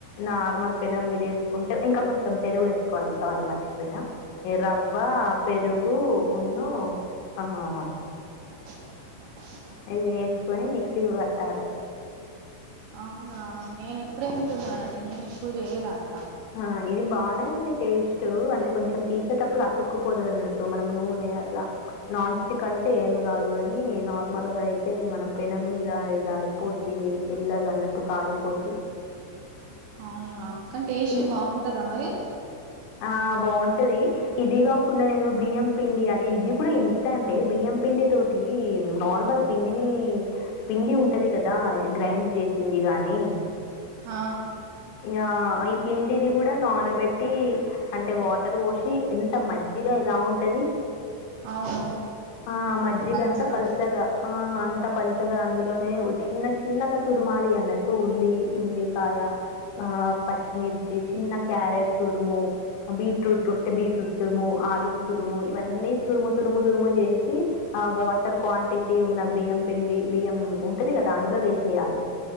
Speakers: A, on the left (about 85°); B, on the right (about 85°).
A: నార్మల్ పిల్లం మీద వేసుకుంటే ఇంకా కొంచెం పెరుగు వేసుకోవాలి సారీ మర్చిపోయినా ఎ రవ్వ పెరుగు ఉనో ఆహా
B: <inaudible>
A: అది వేసుకొని మిక్సీ పెట్టాల
B: అవునా నేను ఇప్పుడే ఇంటున్నానండి నేను ఎప్పుడు చేయలే అట్లా
A: ఆ ఇది బాగానే ఉంది టేస్ట్ అంటే కొంచెం తీసేటప్పుడు అతు అతుక్కుపోతున్నట్టు మనం నూనె అట్లా నాన్ స్టిక్ అయితే ఏమి కాదు గని మల్లగా అయితే మనం పెనం మీద ఇలా అయిపోతువి ఎల్ళదు అన్నట్టు కాలిపోద్ది
B: అవునా కానీ టేస్ట్
A: ఇ
B: బాగుంటదా మరి
A: ఆ బావుంటాది ఇది కాకుండా నేను బియ్యం పిండి అది ఇది కూడా ఇన్స్టెంట్ అంటే బియ్యం పిండి తోటి నార్మల్ పిండిది పిండి ఉంటది కదా గ్రైండ్ చేసింది గానీ
B: ఆ
A: ఈయా పిండిని కూడా నానబెట్టి అంటే వాటర్ పోసి ఎంత మజ్జిగా ఇలా ఉ పది
B: అవును
A: ఆ మజ్జిగంతా
B: పల్చగా
A: పలసగా ఆ అంత పల్చగా అందులోనే చిన్న చిన్నగా తుర్మాలి అన్నట్టు ఉల్లి ఉల్లి కాయ ఆ పచ్చిమిర్చి చిన్న క్యారెట్ తురుము బీట్రూట్ ఉంటే బీట్రూట్ తురుము ఆలుగు తురుము ఇవన్నీ తురుము తురుము తురుము చేసి ఆ వాటర్ క్వాంటిటీ ఉన్న బియ్యం పిండి బియ్యం ఉంటది గదా అందులో వేసేయాలి